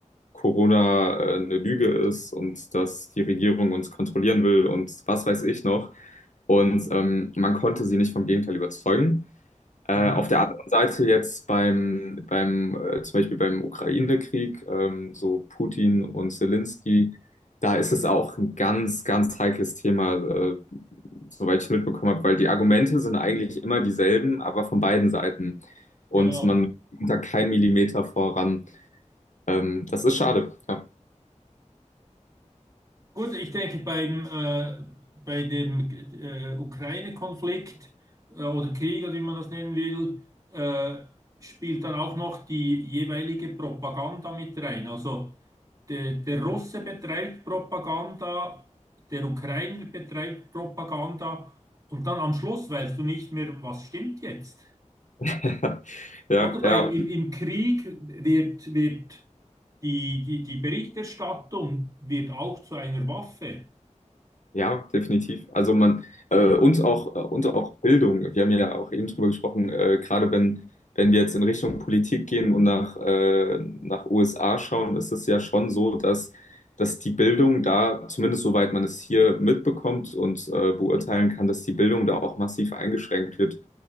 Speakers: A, on the left; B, on the right.
A: Corona äh, eine Lüge ist und dass die Regierung uns kontrollieren will und was weiß ich noch. Und ähm, man konnte sie nicht vom Gegenteil überzeugen. Äh,
B: mhm,
A: auf der anderen Seite jetzt beim, beim äh, zum Beispiel beim Ukraine-Krieg, ähm, so Putin und Zelensky, da ist es auch ein ganz, ganz heikles Thema, äh, soweit ich mitbekommen habe, weil die Argumente sind eigentlich immer dieselben, aber von beiden Seiten. Und
B: genau.
A: man kommt da keinen Millimeter voran. Ähm, das ist schade. Ja,
B: Gut, ich denke, beim, äh, bei dem äh, Ukraine-Konflikt äh, oder Krieg, oder wie man das nennen will, äh, spielt dann auch noch die jeweilige Propaganda mit rein. Also der, der Russe betreibt Propaganda, der Ukrainer betreibt Propaganda und dann am Schluss weißt du nicht mehr, was stimmt jetzt.
A: <laughs> ja,
B: Oder weil
A: ja.
B: im, im Krieg wird, wird die, die, die Berichterstattung wird auch zu einer Waffe.
A: Ja, definitiv. Also man äh, uns auch äh, und auch Bildung. Wir haben ja auch eben drüber gesprochen, äh, gerade wenn wenn wir jetzt in Richtung Politik gehen und nach äh, nach USA schauen, ist es ja schon so, dass dass die Bildung da zumindest soweit man es hier mitbekommt und äh, beurteilen kann, dass die Bildung da auch massiv eingeschränkt wird